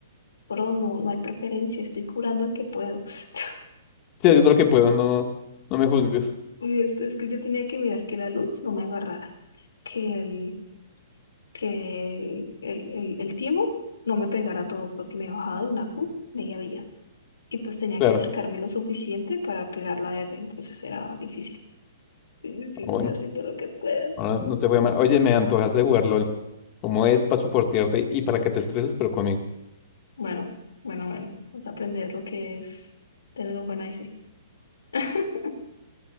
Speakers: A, on the left; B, on the left.
A: bro, no, no hay preferencia, estoy curando al que puedo. <laughs>
B: sí, haciendo lo que puedo, no, no me juzgues.
A: Y es, es que yo tenía que mirar que la luz no me agarrara, que el, que el, el, el, el timo no me pegara todo, porque me bajaba de una Q media vía. Y pues tenía
B: Claro.
A: que acercarme lo suficiente para pegar la R, entonces era difícil. Sí, sí,
B: Ah,
A: estoy
B: bueno,
A: haciendo lo que puedo.
B: ahora no te voy a llamar. Oye, me antojas de jugar LOL. Como es para soportarte y para que te estreses, pero conmigo.
A: Bueno, bueno, bueno, vas a aprender lo que es tener un buen IC. <laughs>